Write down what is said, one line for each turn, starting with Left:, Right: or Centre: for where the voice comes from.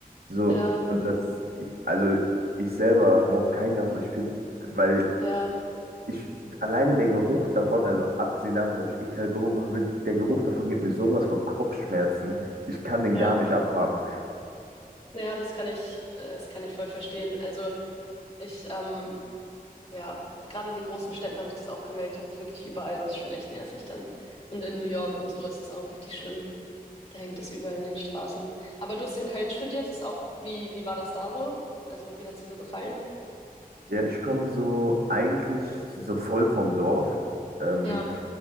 Right: So,
Left: Ja,
Right: und das, ich, also ich selber rauche kein Gras und ich finde, weil
Left: ja,
Right: ich alleine der Geruch davon, also abgesehen davon, dass ich eh keine Drogen machen will, der Geruch davon gibt mir sowas von Kopfschmerzen. Ich kann den
Left: ja.
Right: gar nicht abhaben.
Left: Naja, das kann ich, äh, das kann ich voll verstehen. Also ich, ähm, ja, gerade in den großen Städten habe ich das auch gemerkt. Das ist wirklich überall und das ist schon echt nervig dann. Und in New York und so ist es auch richtig schlimm. Da hängt das überall in den Straßen. Aber du hast in Köln studiert, das ist auch, wie, wie war das da so? Also wie hat es dir so gefallen?
Right: Ja, ich komme so eigentlich so voll vom Dorf. Ähm,
Left: Ja,